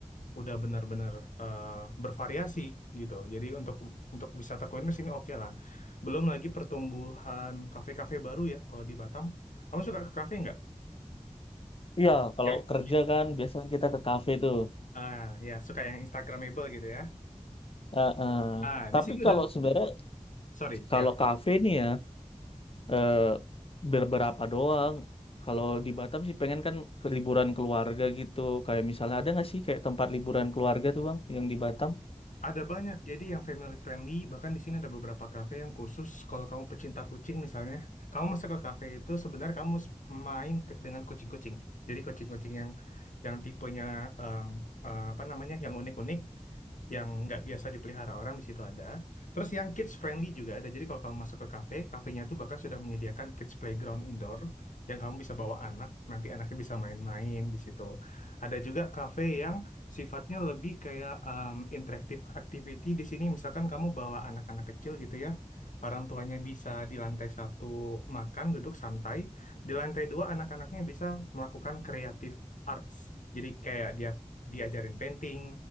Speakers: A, on the left (about 85°); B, on the left (about 45°).
A: udah benar-benar eh, bervariasi gitu. Jadi untuk untuk wisata kuliner sini oke lah. Belum lagi pertumbuhan kafe-kafe baru ya kalau di Batam. Kamu suka ke kafe nggak?
B: Iya, kalau
A: Yang
B: kerja
A: hits.
B: kan biasanya kita ke kafe tuh.
A: Ah ya suka yang Instagramable gitu ya.
B: Eh, eh.
A: Ah
B: Tapi
A: di sini
B: kalau
A: udah
B: sebenarnya
A: sorry
B: kalau
A: ya
B: kafe nih ya eh, beberapa doang. Kalau di Batam sih pengen kan ke liburan keluarga gitu. Kayak misalnya ada nggak sih kayak tempat liburan keluarga tuh bang yang di Batam?
A: Ada banyak, jadi yang family friendly, bahkan di sini ada beberapa kafe yang khusus kalau kamu pecinta kucing misalnya, kamu masuk ke kafe itu sebenarnya kamu s- main ke- dengan kucing-kucing. Jadi kucing-kucing yang yang tipenya eh, eh, apa namanya, yang unik-unik yang nggak biasa dipelihara orang di situ ada. Terus yang kids friendly juga ada. Jadi kalau kamu masuk ke kafe, kafenya tuh bahkan sudah menyediakan kids playground indoor yang kamu bisa bawa anak, nanti anaknya bisa main-main di situ. Ada juga kafe yang sifatnya lebih kayak um, interactive activity di sini. Misalkan kamu bawa anak-anak kecil gitu ya. Orang tuanya bisa di lantai satu makan, duduk santai. Di lantai dua anak-anaknya bisa melakukan kreatif arts. Jadi kayak dia diajarin painting,